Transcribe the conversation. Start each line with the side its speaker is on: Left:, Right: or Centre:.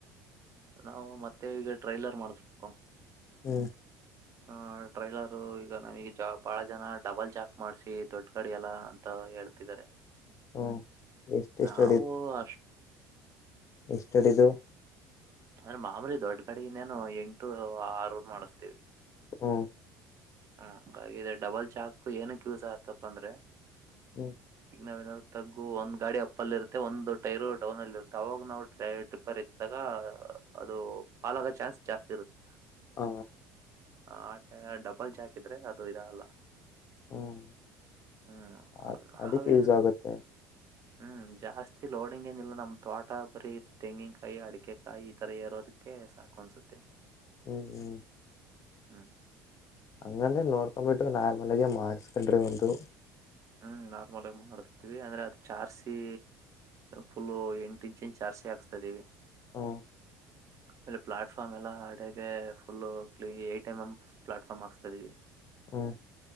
Right: ನಾವು ಮತ್ತೆ ಈಗ ಟ್ರೈಲರ್ ಮಾಡಸ್ಬೇಕು
Left: ಹ್ಮ್
Right: ಆ ಟ್ರೈಲರು ಈಗ ನಮಗ ಬಹಳ ಜನ ಡಬಲ್ ಜಾಕ್ ಮಾಡಸಿ ದೊಡ್ಡ ಗಡಿ ಎಲ್ಲಾ ಅಂತ ಹೇಳ
Left: ಹ್ಮ್ ಎಷ್ಟೆಷ್ಟು
Right: ನಾವು ಅಷ್ಟ
Left: ಸ್ಟಾಡಿಿದ
Right: ಅಂದ್ರೆ ಮಾಮೂಲಿ ದೊಡ್ಗಡೆಗೆ ನೇು ಎಂಟು ಆರು ಮಾಡಸ್ತೇವಿ
Left: ಹಾ
Right: ಹಾ ಹಾಗ ಡಬಲ್ ಚಾಕ್ ಏನು ಕ್ಯೂಸ್ ಆತಪ್ಪ ಅಂದ್ರೆ
Left: ಹ್ಮ್
Right: ಈಗ ನಾವ ನಾದ ತಗ್ಗು ಒಂದ್ ಗಾಡಿ ಅಪ್ ಅಲ್ಲಿ ಇರುತ್ತೆ ಒಂದು ಟೈರು ಡೌನ್ ಅಲ್ಲಿ ಇರುತ್ತೆ ಅವಾಗ ನಾವು ಟ್ರಿಪರ್ ಇಐತ್ತಿದ್ದಾಗ ಅದು ಫಾಲ್ ಆಗೋ ಚಾನ್ಸ್ ಜಾಸ್ತಿ ಇರುತ್ತೆ
Left: ಹ
Right: ಆಟ ಡಬಲ್ ಜಾಕ್ ಇದ್ರೆ ಅದು ಇದ ಅಲ್ಲ
Left: ಹ್ಮ್
Right: ಹ್ಮ್
Left: ಅ
Right: ನಾವೇನ್
Left: ಅದಕ್ಕೆ ಯೂಸ್ ಆಗುತ್ತೆ
Right: ಹ್ಮ್ ಜಾಸ್ತಿ ಲೋಡಿಂಗ್ ಏನ ಇಿಲ್ಲ ನಮ್ ತೋಟ ಬರೀ ತೆಂಗಿನಕಾಯಿ ಅಡಿಕೆಕಾಯಿ ಈ ತರ ಇಏರೋದಕ್ಕೆ ಸಾಕನ್ ಸುತ್ತೆ
Left: ಹ್ಮ್ ಹ್ಮ್
Right: ಹ್ಮ
Left: ಹಂಗಂದ್ರೆ ನೋಡ್ಕೊ್ಬಿಟ್ಟು ನಾರ್ಮಲ್ ಆಗ ಮಾಡಸ್ಕೊಂಡ್ರಿ ಒಂದು
Right: ಹ್ಮ್ ನಾರ್ಮಲ್ ಆಗ ಮಾಡಿಸ್ತೀವಿ ಅಂದ್ರೆ ಅದ್ ಚಾರ್ಸಿ ಫುಲ್ ಎಂಟು ಇಂಚಿಂಚ್ ಆಾರ್ಸಿ ಹಾಕ್ಸ್ತಾ ಇದಿವವಿ
Left: ಹ
Right: ಹ ಆೇಲೆ ಪ್ಲಾಟ್ಫ್ಮ್ ಎಲ್ಲ ಅಡಗೆ ಫುಲ್ಲು ಕ್ ಟಿ ಎಂ ಎ್ ಪ್ಲಾಟ್ಫಾರ್ಮ್ ಆಾಸ್ತಾ ಇದಿವವಿ
Left: ಹ್ಮ್